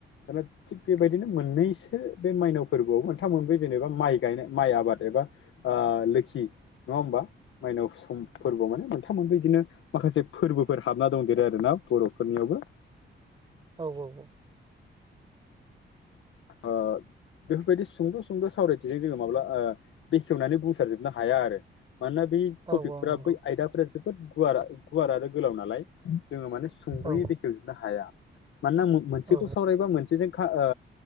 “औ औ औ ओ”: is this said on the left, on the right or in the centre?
Right